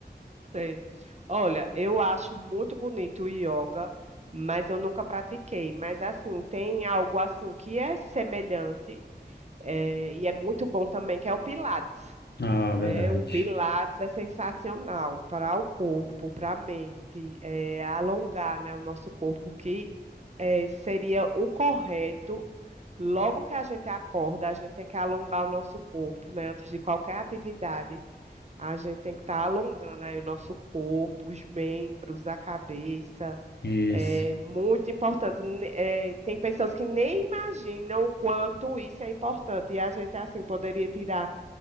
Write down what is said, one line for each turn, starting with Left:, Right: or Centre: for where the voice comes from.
Right: Tem. Olha, eu acho muito bonito o yoga, mas eu nunca pratiquei. Mas assim, tem algo assim que é semelhante, é, e é muito bom também, que é o Pilates.
Left: Ah,
Right: né?
Left: verdade.
Right: O Pilates é sensacional para o corpo, para a mente, é, alongar, né, o nosso corpo, que é, seria o correto. Logo que a gente acorda, a gente tem que alongar o nosso corpo, né? Antes de qualquer atividade, a gente tem que estar alongando aí o nosso corpo, os membros, a cabeça.
Left: Isso.
Right: É muito importante. Ne- é, tem pessoas que nem imaginam o quanto isso é importante. E a gente, assim, poderia tirar